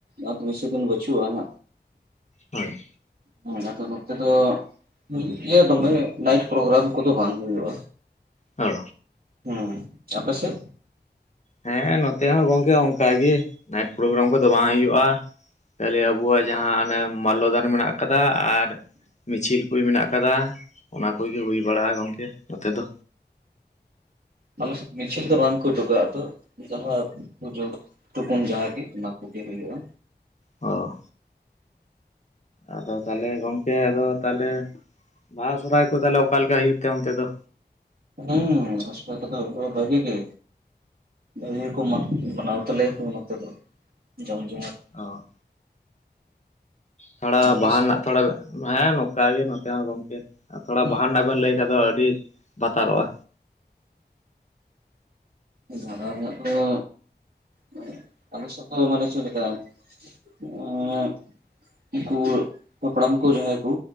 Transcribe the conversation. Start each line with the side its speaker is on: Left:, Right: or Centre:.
Right: ᱟ ᱵᱤᱥᱤ ᱫᱤᱱ ᱵᱟᱹᱪᱩᱜᱼᱟ ᱦᱟᱸᱜ?
Left: ᱦᱳᱸᱭ
Right: ᱦᱚᱸ, ᱟᱫᱚ ᱱᱚᱛᱮ ᱫᱚ, ᱦᱩᱭᱩᱜ ᱜᱮᱭᱟ ᱫᱚᱢᱮ ᱱᱟᱭᱤᱴ ᱯᱨᱳᱜᱨᱟᱢ ᱠᱚᱫᱚ ᱵᱟᱝ ᱦᱩᱭᱩᱜᱼᱟ᱾
Left: ᱚ
Right: ᱦᱩᱸ, ᱟᱯᱮ ᱥᱮᱫ?
Left: ᱦᱮᱸ, ᱱᱚᱛᱮ ᱦᱚᱸ ᱜᱚᱝᱠᱮ ᱚᱱᱠᱟ ᱜᱮ, ᱱᱟᱭᱤᱴ ᱯᱨᱳᱜᱨᱟᱢ ᱠᱚᱫᱚ ᱵᱟᱝ ᱦᱩᱭᱩᱜ-ᱟ᱾ ᱠᱷᱟᱞᱤ ᱟᱵᱚᱣᱟᱜ ᱡᱟᱦᱟᱸ, ᱚᱱᱮ ᱢᱟᱞᱞᱚᱫᱟᱱ ᱢᱮᱱᱟᱜ ᱟᱠᱟᱫᱟ, ᱟᱨ, ᱢᱤᱪᱷᱤᱞ ᱠᱚ ᱢᱮᱱᱟᱜᱼᱼ ᱠᱟᱫᱟ, ᱚᱱᱟ ᱠᱚᱜᱮ ᱦᱩᱭ ᱵᱟᱲᱟᱜ-ᱟ ᱜᱚᱢᱠᱮ, ᱱᱚᱛᱮ ᱫᱚᱼᱼ
Right: <inaudible> ᱢᱤᱪᱷᱤᱞ ᱫᱚ ᱵᱟᱝᱠᱚ ᱩᱴᱩᱠᱟᱜᱼᱟ ᱛᱚ ᱡᱟᱦᱟᱸ, ᱯᱩᱡᱟᱹ, ᱴᱩᱠᱩᱱ ᱡᱟᱦᱟᱹ ᱜᱮ ᱚᱱᱟ ᱠᱚᱜᱮ ᱦᱩᱭᱩᱜ-ᱟ᱾
Left: ᱚ ᱟᱫᱚ ᱛᱟᱞᱦᱮ ᱜᱚᱝᱠᱮ, ᱟᱫᱚ ᱛᱟᱞᱦᱮ ᱵᱟᱦᱟ ᱥᱚᱦᱨᱟᱭ ᱠᱚ ᱛᱟᱞᱦᱮ, ᱚᱠᱟᱞᱮᱠᱟ ᱦᱩᱭᱩᱜ ᱛᱮ ᱚᱱᱛᱮ ᱫᱚ?
Right: ᱦᱩᱸ <inaudible> ᱫᱚ ᱵᱷᱟᱹᱜᱤ ᱜᱮ᱾ ᱵᱷᱟᱹᱜᱤ ᱠᱚ ᱢᱟ ᱢᱟᱱᱟᱣ ᱛᱟᱞᱮᱭᱟ ᱠᱚ, ᱱᱚᱛᱮ ᱫᱚ, ᱡᱚᱢ ᱡᱚᱢᱟᱴᱼᱼ
Left: ᱚ ᱛᱷᱚᱲᱟ,
Right: ᱟᱯᱮ
Left: ᱵᱟᱦᱟ
Right: ᱥᱮᱫ
Left: ᱨᱮᱱᱟᱜ ᱛᱷᱚᱲᱟ, ᱦᱮᱸ ᱱᱚᱠᱟ ᱜᱮ ᱱᱚᱛᱮ ᱦᱚᱸ ᱜᱚᱝᱠᱮ᱾ ᱛᱷᱚᱲᱟ
Right: ᱫᱚ
Left: ᱵᱟᱦᱟ ᱨᱮᱱᱟᱜ ᱵᱮᱱ ᱞᱟᱹᱭ ᱠᱷᱟᱡ ᱫᱚ ᱟᱹᱰᱤ, ᱵᱷᱟᱛᱟᱨᱚᱜᱼᱟ᱾
Right: ᱵᱟᱦᱟ ᱨᱮᱱᱟᱜ ᱫᱚ, <inaudible> ᱟᱞᱮ ᱥᱮᱛ ᱫᱚ ᱢᱟᱱᱮ ᱪᱮᱜ ᱞᱮᱠᱟ? ᱮᱸᱻᱜ ᱩᱱᱠᱩ, ᱦᱟᱯᱲᱟᱢ ᱠᱚ ᱡᱟᱦᱟᱸᱭ ᱠᱚ,